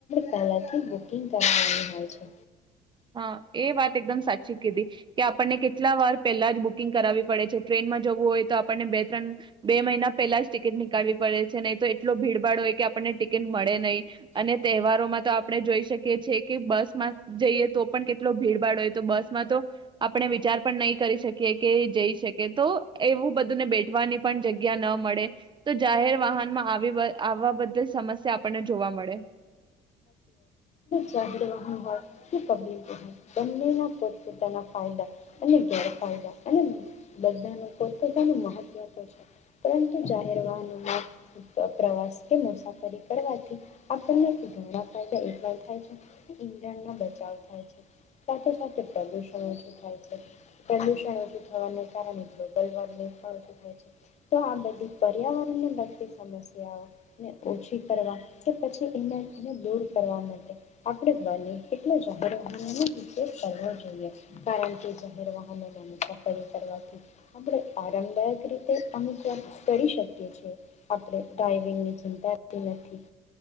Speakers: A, on the left; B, on the right.
A: પહેલાથી બુકિંગ કરાવેલું હોય છે.
B: હા એ વાત એકદમ સાચી કીધી કે આપણને કેટલા વાર પહેલા જ બુકિંગ કરાવવી પડે છે, ટ્રેનમાં જવું હોય તો આપણને બે ત્રણ બે મહિના પહેલા જ ટિકિટ નીકળવી પડે છે નહી તો એટલો ભીડભાડ હોય કે આપણને ટિકિટ મળે નહી અને તહેવારોમાં તો આપણે જોઈ શકીએ છીએ કે બસમાં જઈએ તો પણ કેટલો ભીડભાડ હોય તો બસમાં તો આપણે વિચાર પણ નહીં કરી શકીએ કે જઈ શકીએ તો એવું બધુંને બેઠવાની પણ જગ્યા ન મળે તો જાહેર વાહનમાં આવી આવવા બધી સમસ્યા આપણને જોવા મળે.
A: જાહેર વાહન હોય કે પ્િક હોય બંનેમાં પોતપોતાના ફાયદા અને ગેરફાયદા અને બધાનું પોતપતાનું મહત્વ તો છે પરંતુ જાહેર વાહનોમાં પ્રવાસ કે મુસાફરી કરવાથી આપને ઘણા ફાયદા એ પણ થાય છે ઈંધણનો બચાવ થાય છે સાથે સાથે પ્રદુષણ ઓછું થાય છે પ્રદુષણ ઓછું થવાનું કારણ ગલવા શું થાય છે. તો આ બધી પર્યાવરણને લગતી સમસ્યાઓને ઓછી કરવા કે પછીને દૂર કરવા માટે આપડે બને એટલા જાહેર વાહનોનો ઉપયોગ કરવો જોઈએ કારણ કે જાહેર વાહનો મુસાફરી કરવાથી આરામદાયક રીતે અનુકુલ કરી શકીએ છીએ. આપણે ડ્રાંઇવિંગ ની ચિંતા નથી